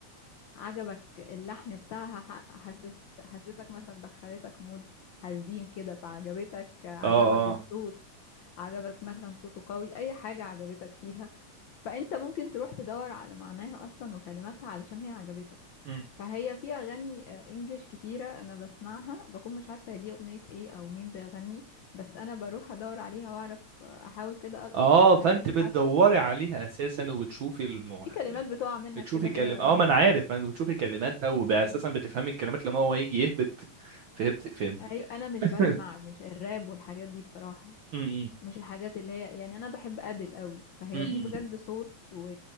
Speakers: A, on the left; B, on the right.
A: عجبك اللحن بتاعها ح- حسيت حسيتك مثلا دخلتك مود حزين كده فعجبتك عجبك
B: اه اه
A: الصوت عجبك مثلا صوته قوي اي حاجة عجبتك فيها فانت ممكن تروح تدور على معناها اصلا وكلماتها علشان هي عجبتك
B: مم.
A: فهي في اغاني آه، انجليش كتيرة انا بسمعها بكون مش عارفة هي دي اغنية ايه او مين بيغني بس انا بروح ادور عليها واعرف آه، احاول كده القط
B: اه
A: كلمات
B: فانت بتدوري
A: على فكرة
B: عليها اساسا وبتشوفي المح...
A: في كلمات بتقع منك
B: بتشوفي
A: كده
B: كلم
A: كده لو
B: اه
A: انت
B: ما انا عارف انا بتشوفي كلماتها واساسا
A: يعني
B: بتفهمي الكلمات لما هو يجي يهبط فهمتك فهمت
A: أي- انا مش بسمع
B: م-
A: مش الراب والحاجات دي بصراحة
B: م-
A: مش الحاجات اللي هي يعني انا بحب ادل قوي فهي
B: م-
A: دي بجد صوت و...